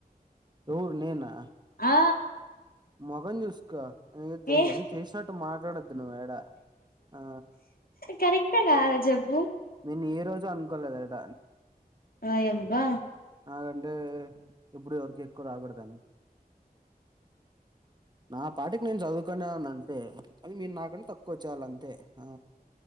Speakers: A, on the right (about 25°); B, on the left (about 70°).
A: ఎవురు నేనా
B: ఆ
A: మొకం చూసుకో నీకు తె-
B: ఏ
A: అని తెలిసినట్టు మాట్లాడొద్దు నువ్వు ఏడ ఆ
B: కరెక్టా కాాలజ <unintelligible> చెప్పు
A: నేను ఏ రోజు అనుకోలేదట
B: వాయి అబ్బా
A: నాగంటే ఇప్పుడు ఎవరికి ఎక్కువ రాకూడదని నా పాటికి నేను చదువుకునే వాడిని అంతే కానీ మీరు నాకన్నా తక్కువ వచ్చేవాలంతే ఆ